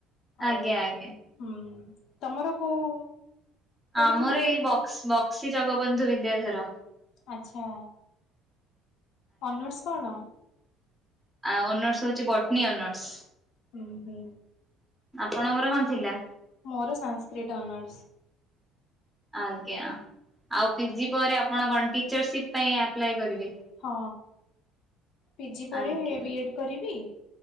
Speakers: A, in the centre; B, on the left (about 60°).
A: ଆଜ୍ଞା
B: ଆଉ,
A: ଆଜ୍ଞା
B: ହୁଁ ତମର କୋଉ କୋଉଠି
A: ଆମର
B: ଥିଲା
A: ଏଇ ବକ୍ ବକ୍ସି ଜଗବନ୍ଧୁ ବିଦ୍ୟାଧର।
B: ଆଚ୍ଛା। ଅନର୍ସ୍ କଣ?
A: ଆ ଅନର୍ସ ହଉଚି ବଟନୀ ଅନର୍ସ।
B: ହୁଁ ହୁଁ।
A: ଆପଣଙ୍କର କଣ ଥିଲା?
B: ମୋର ସାସ୍କ୍ରିଟ୍ ଅନର୍ସ।
A: ଆଜ୍ଞା, ଆଉ ପିଜି ପରେ ଆପଣ କଣ ଟିଚରସିପ ପାଇଁ ଆପ୍ଲାଏ କରିବେ?
B: ହଁ ପିଜି ପରେ
A: ଆଜ୍ଞା
B: ବି ଏ ଡ କରିବି।